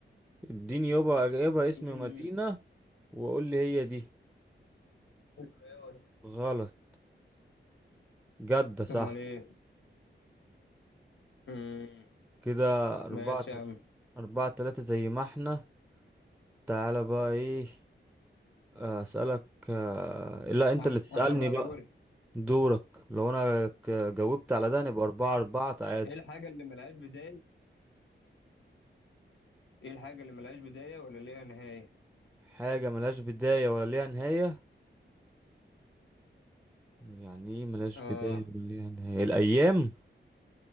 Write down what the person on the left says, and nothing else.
مم.
الرياض
أمال إيه مم.
ماشي يا عم
انا
أنا بقى
دوري
ايه الحاجه اللي ملهاش بدايه ايه الحاجه اللي ملهاش بدايه ولا ليها نهايه
اه